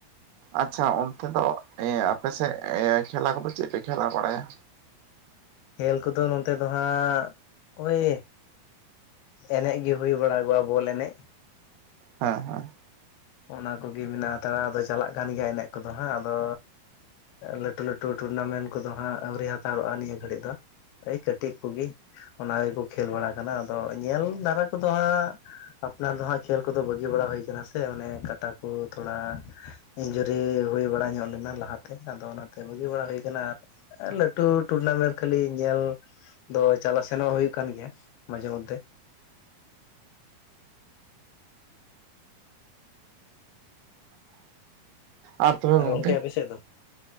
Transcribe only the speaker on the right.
ᱟᱪᱷᱟ ᱚᱱᱛᱮ ᱫᱚ ᱮ ᱟᱯᱮ ᱥᱮᱫ ᱮ ᱠᱷᱮᱞᱟ ᱠᱚᱫᱚ ᱪᱮᱫ ᱯᱮ ᱠᱷᱮᱞᱟ ᱵᱟᱲᱟᱭᱟ?
ᱦᱮᱸ ᱦᱮᱸ
ᱟᱨ ᱛᱚᱵᱮ ᱜᱚᱢᱠᱮ